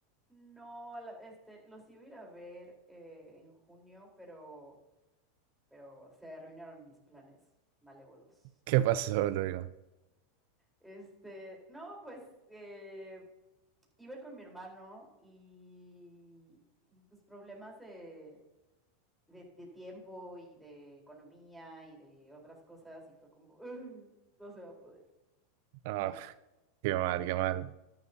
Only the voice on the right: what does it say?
¿Qué pasó, Luego?
Ah,
qué mal,
qué
mal.